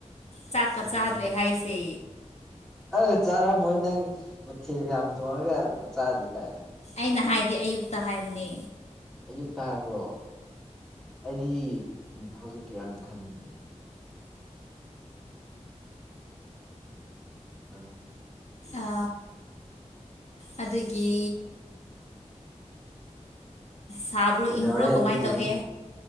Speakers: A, on the left; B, in the centre.
A: ꯆꯥꯛꯀ
B: ꯎꯝ
A: ꯆꯥꯗ꯭ꯔꯦ ꯍꯥꯏꯁꯦ
B: ꯑꯩ ꯆꯥꯔꯝꯃꯣꯏ ꯅꯪ ꯃꯊꯦꯜ ꯌꯥꯝ ꯊꯣꯡꯉꯒ ꯆꯥꯗꯤ ꯀꯥꯏꯅ
A: ꯑꯩꯅ ꯍꯥꯏꯗꯤ ꯑꯌꯨꯛꯇ ꯍꯥꯏꯕꯅꯤ
B: ꯑꯌꯨꯛꯇ ꯍꯥꯏꯕ꯭ꯔꯣ ꯑꯩꯗꯤ ꯍꯧꯖꯤꯛꯀꯤꯔꯥꯟ ꯈꯟꯕꯅꯤ ꯑꯥ
A: ꯑ ꯑꯗꯨꯗꯒꯤ ꯁꯥꯕ꯭ꯔꯣ
B: ꯀꯩꯗꯧꯔꯦ
A: ꯏꯪꯕ꯭ꯔꯣ ꯀꯃꯥꯏꯅ
B: ꯑꯗꯨꯒꯤ
A: ꯇꯧꯒꯦ